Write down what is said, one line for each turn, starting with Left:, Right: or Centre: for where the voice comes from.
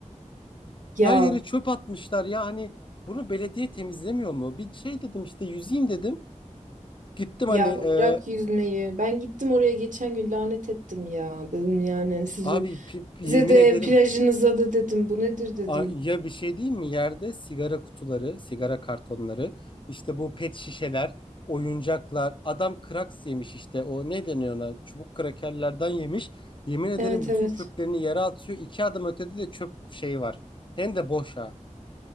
Right: Ya
Left: Her yere çöp atmışlar ya. Hani bunu belediye temizlemiyor mu? Bir şey dedim işte yüzeyim dedim. Gittim
Right: ya
Left: hani e,
Right: bırak yüzmeyi. Ben gittim oraya geçen gün lanet ettim ya. Dedim yani sizi
Left: abi pi- pi-
Right: size
Left: yemin
Right: de
Left: ederim
Right: plajınıza da dedim. Bu nedir dedim.
Left: A- Ya bir şey değil mi? Yerde sigara kutuları, sigara kartonları, işte bu pet şişeler, oyuncaklar. Adam kraks yemiş işte. O ne deniyor ona? Çubuk krakerlerden yemiş. Yemin ederim
Right: Evet
Left: bütün
Right: evet.
Left: çöplerini yere atıyor. İki adım ötede de çöp şey var. Hem de boş ha.